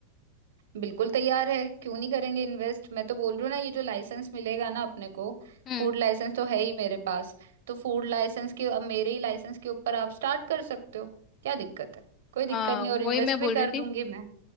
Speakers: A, on the right; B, on the left.
A: बिल्कुल तैयार है क्यों नहीं करेंगे इन्वेस्ट मैं तो बोल रही हूँ ना ये जो लाइसेंस मिलेगा ना अपने को
B: हम्म
A: फूड लाइसेंस तो है ही मेरे पास तो फूड लाइसेंस के अब मेरे ही लाइसेंस के ऊपर आप स्टार्ट कर सकते हो क्या दिक्कत है कोई दिक्कत
B: हाँ
A: नहीं
B: वही
A: और इन्वेस्ट
B: मैं बोल
A: भी कर
B: रही थी
A: दूंगी मैं